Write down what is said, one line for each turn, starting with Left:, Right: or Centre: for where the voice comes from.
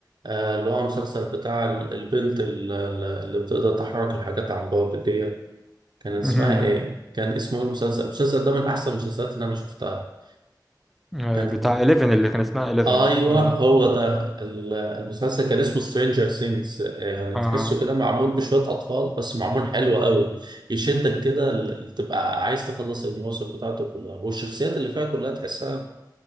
Right: آه اللي هو مسلسل بتاع ال- البنت ال- ال- اللي بتقدر تحرك الحاجات عن بعد ديت كان اسمها
Centre: <laughs> مهم.
Right: ايه؟ كان اسمه ايه المسلسل؟ المسلسل ده من أحسن المسلسلات اللي أنا شفتها
Centre: آه،
Right: كان
Centre: بتاع 11 اللي كان اسمها 11
Right: ايوه
Centre: اه
Right: هو ده ال- المسلسل كان اسمه سترينجر ثينجز يعني
Centre: آه.
Right: تحسه كده معمول بشويه اطفال بس معمول حلو قوي يشدك كده ل- تبقى عايز تخلص المواسم بتاعته كلها والشخصيات اللي فيها كلها تحسها